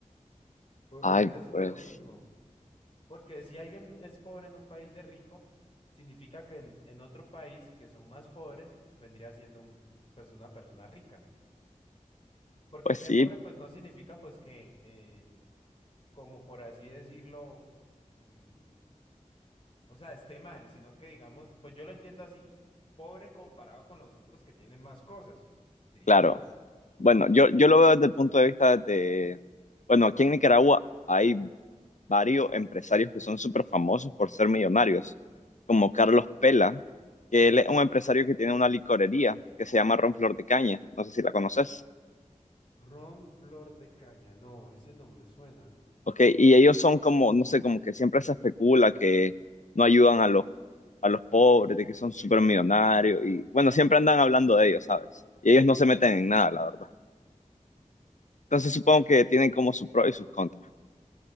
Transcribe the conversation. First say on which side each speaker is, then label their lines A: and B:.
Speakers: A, on the left; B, on the left.
A: pues
B: Ay,
A: vendría siendo
B: pues,
A: lo mismo. Porque si alguien es pobre en un país de rico, significa que en, en otro país que son más pobres, vendría siendo un, pues una persona rica. Porque
B: pues
A: ser
B: sí,
A: pobre pues no significa pues que, eh, como por así decirlo, mm, o sea, esté mal, sino que digamos, pues yo lo entiendo así, pobre comparado con los otros que tienen más cosas, diría
B: claro.
A: yo.
B: Bueno, yo, yo lo veo desde el punto de vista de, bueno, aquí en Nicaragua hay varios empresarios que son súper famosos por ser millonarios, como Carlos Pela, que él es un empresario que tiene una licorería que se llama Ron Flor de Caña, no sé si la conoces.
A: Ron Flor de Caña, no, ese no me suena.
B: Ok, y ellos son como, no sé, como que siempre se especula que no ayudan a los, a los pobres, de que son súper millonarios, y bueno, siempre andan hablando de ellos, ¿sabes? Y ellos no se meten en nada, la verdad. Entonces supongo que tienen como sus pros y sus contras,